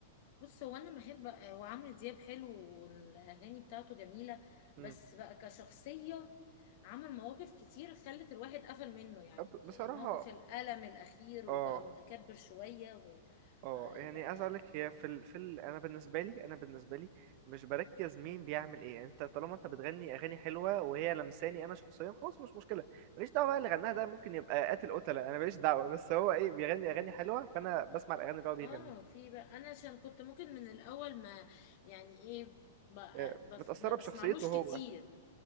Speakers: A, on the left; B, on the right.
A: بص هو انا بحب آه، وعمرو دياب حلو والاغاني بتاعته جميله
B: مم.
A: بس بقى كشخصيه عمل مواقف كتير خلت الواحد قفل منه يعني
B: أب- بصراحة
A: موقف الألم الأخير وبقى
B: اه
A: متكبر شوية وال...
B: اه
A: آه،
B: يعني
A: بقى
B: عايز أقول لك هي في ال... في ال... أنا بالنسبة لي أنا بالنسبة لي مش بركز مين بيعمل إيه يعني أنت طالما أنت بتغني أغاني حلوة وهي لمساني أنا شخصيا خلاص مش مشكلة ماليش دعوة بقى اللي غناها ده ممكن يبقى قاتل قتلة أنا ماليش دعوة بس هو إيه بيغني أغاني حلوة فأنا بسمع الأغاني اللي هو بيغنيها
A: اه في بقى انا عشان كنت ممكن من الأول ما يعني ايه بقى
B: آه،
A: بف...
B: متأثرة
A: ما بسمعلوش
B: بشخصيته هو
A: كتير